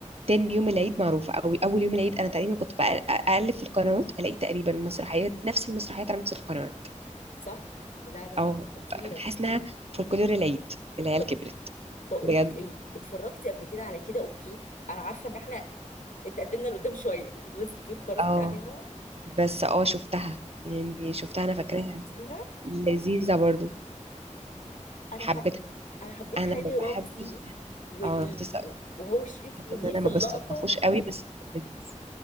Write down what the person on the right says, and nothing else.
تاني يوم العيد معروف او اول يوم العيد انا تقريبا كنت بقل- اقلب في القنوات الاقي تقريبا مسرحيات نفس المسرحيات على نفس القنوات
او
ب- بتحس انها فولكلور العيد العيال
كبرت
بجد
اه
بس اه شفتها يعني شفتها انا فاكراها
لذيذة برضو
حبيتها
انا
ما بحبش
اه انا كنت لسه
قلت
ان انا
ما
بستلطفوش قوي بس كان لذيذ